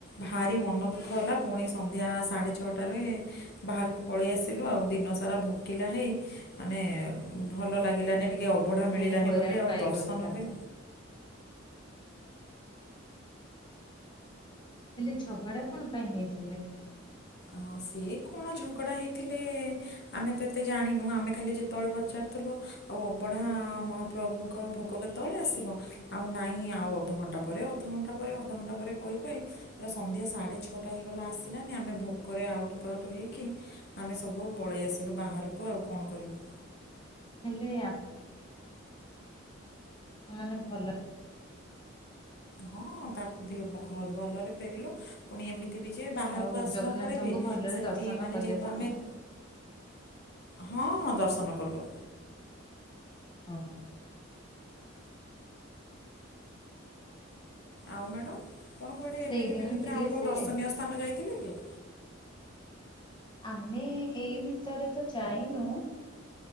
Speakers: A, on the left; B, on the left.
A: ଭାରି ମନ ଦୁଃଖ ହେଲା ପୁଣି ସନ୍ଧ୍ୟା ସାଢେ ଛଅଟାରେ ବାହାରକୁ ପଳେଇ ଆସିଲୁ ଆଉ ଦିନ ସାରା ଭୋକିଲା ହେଇ ମାନେ ଭଲ ଲାଗିଲାନି ଟିକେ ଟିକେ ଅବଢ଼ା
B: ବହୁତ
A: ମିଳିଲାନି
B: ହଇରାଣ
A: ବୋଲି ଆଉ
B: ପାଇଗଲେ
A: ଦର୍ଶନ
B: ତାହେଲେ।
A: ବି
B: ହେଲେ ଝଗଡା କଣ ପାଇଁ ହେଇଥିଲେ
A: ହଁ ସେି କଣ ଝଗଡା ହେଇଥିଲେ ଆମେ ତ ଏତେ ଜାଣିନୁ ଆମେ ଖାଲି ଯେତେବେଳେ ପଚାରୁଥିଲୁ ଆଉ ଅବଢ଼ା ମହାପ୍ରଭୁଙ୍କ ଭୋଗ କେତେବେଳେ ଆସିବ ଆଉ ନାଇଁ ଆଉ ଅଧଘଣ୍ଟା ପରେ ଅଧଘଣ୍ଟା ପରେ ଅଧଘଣ୍ଟା ପରେ କହି କହି ପୁରା ସଧ୍ୟା ସାଢ଼େ ଛଅଟା ହେଇଗଲା ଆସିଲାନି ଆମେ ଭ କରେ ଆଉଟ୍ ପାଉଟ୍ ହେଇକି ଆମେ ସବୁ ପଳେଇ ଆସିଲୁ ବାହାରକୁ ଆଉ କଣ କରିବୁ।
B: ହେଲେ ମାନେ ଭଲ
A: ହଁ ତା ଭଲରେ ଫେରିଲୁ ପୁଣି ଏମିତି ଅବିନ ବାହାରକୁ
B: ଆଉ
A: ଆସିଲା
B: ଜଗନ୍ନାଥଙ୍କୁ
A: ପରେ ବି
B: ଭଲରେ
A: ସେମତି
B: ଦର୍ଶନ
A: ମାନେ
B: କଲେ
A: ଯେ ହେତୁ
B: ତ?
A: ହଁ ହଁ ଦର୍ଶନ କଲୁ।
B: ହଁ।
A: ଆଉ ମ୍ୟାଡାମ କଣ କୁଆଡେ
B: ସେଇଦିନ
A: ଏବେ କେବେ ଭିତରେ
B: ହିଁ ଫେରି
A: ଆଉ
B: ଆସିଲେ?
A: କୋଉ ଦର୍ଶନୀୟ ତମେ ଯାଇଥିଲେ କି?
B: ଆମେ ଏଇ ଭିତରେ ତ ଯାଇନୁ।